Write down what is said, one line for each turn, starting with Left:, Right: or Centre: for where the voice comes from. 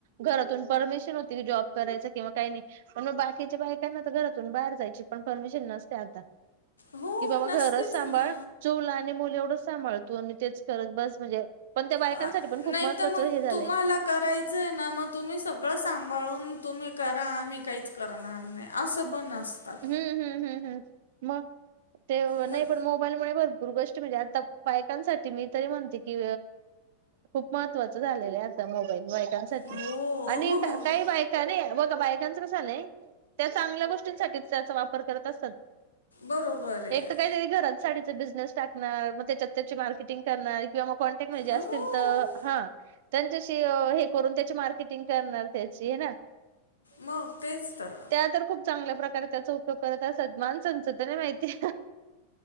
Right: घरातून परमिशन होती की जॉब करायच किंवा काही नाही पण मग बाकीच्या बायकां ना तर घरातून बाहेर जायची पण परमिशन नसते आता
Left: हो,
Right: की बाबा
Left: नसतेच
Right: घरच सांभाळ
Left: ना.
Right: चूल आणि मुलं एवढंच सांभाळ तु आणि तेच खत बस म्, हणजे पण त्या बायकांसाठी
Left: आ-
Right: पण खूप
Left: नाही
Right: महत्त्वाचं
Left: तर मग
Right: हे झालं
Left: तुम्हाला करायचं आहे ना मग तुम्ही सगळं सांभाळून तुम्ही करा आम्ही काहीच करणार नाही असं
Right: हम्म
Left: पण असतात.
Right: हम्म हम्म हम् मग ते नाही
Left: मग
Right: पण म मोबाईलमुळे भरपूर गोष्ट म्हणजे आता बायकांसाठी मी तरी म्हणते की खूप महत्वाचं झाले आहे आता मोबाईल वाईट
Left: हो.
Right: आणि काही बायका नाही बघ बायकांच कसं आलंय त्या चांगल्या गोष्टींसाठी त्याचा वापर करत असतात
Left: बरोबर आहे
Right: एक तर काहीतरी घरात साडीचा बिझनेस टाकणार मग त्याच्यात त्या मार्केटिंगणार किंवा मग कॉन्टॅक्टजे अस
Left: हो.
Right: अस तर हा. त्यांच्याशी हे करून त्याची मार्केटिंग करणार त्याची ह ना.
Left: मग तेच तरर
Right: त्या तर खूप चांगल्या प्रकारे त्याचा उपयोग करत असातमान संसोध नाही माहिती